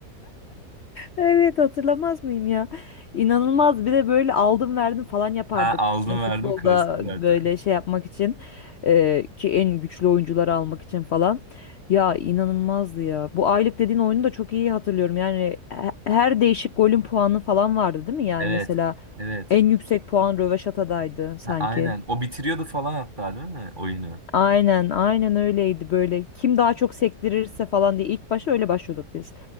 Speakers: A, on the left; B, on the right.
A: Evet hatırlamaz mıyım ya? İnanılmaz bir de böyle aldım verdim falan yapardık.
B: Ha aldım
A: E, Futbolda
B: verdim klasik zaten.
A: böyle şey yapmak için e, ki en güçlü oyuncuları almak için falan. Ya inanılmazdı ya. Bu aylık dediğin oyunu da çok iyi hatırlıyorum. Yani he- her değişik golün puanı falan vardı değil mi? Yani
B: Evet.
A: mesela
B: Evet.
A: en yüksek puan röveşatadaydı sanki.
B: Ha, aynen. O bitiriyordu falan hatta değil mi oyunu?
A: Aynen aynen öyleydi böyle. Kim daha çok sektirirse falan diye ilk başta öyle başlıyorduk biz.